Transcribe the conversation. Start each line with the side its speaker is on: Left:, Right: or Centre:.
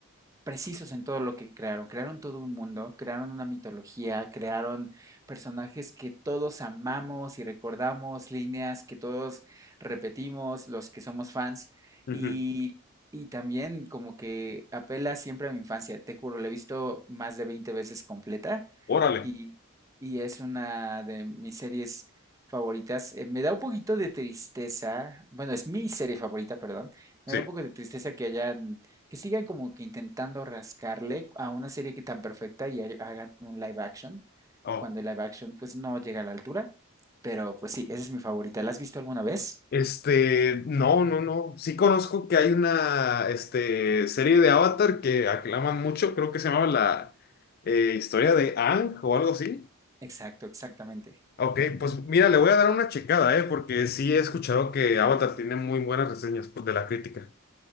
Right: precisos en todo lo que crearon. Crearon todo un mundo, crearon una mitología, crearon personajes que todos amamos y recordamos, líneas que todos repetimos, los que somos fans.
Left: ujú,
Right: Y, y también como que apela siempre a mi infancia. Te juro, la he visto más de 20 veces completa
Left: Órale,
Right: y, y es una de mis series favoritas. Eh, me da un poquito de tristeza, bueno, es mi serie favorita, perdón.
Left: sí.
Right: Me da un poco de tristeza que hayan que sigan como que intentando rascarle a una serie que tan perfecta y ha- hagan un live action,
Left: Oh.
Right: cuando el live action pues no llega a la altura. Pero pues sí, esa es mi favorita. ¿La has visto alguna vez?
Left: Este, no, no, no. Sí conozco que hay una, este, serie de Avatar que aclaman mucho, creo que se llamaba la eh, historia de Aang o algo así.
Right: Exacto, exactamente.
Left: Ok, pues mira, le voy a dar una checada, ¿eh? Porque sí he escuchado que Avatar tiene muy buenas reseñas pues, de la crítica.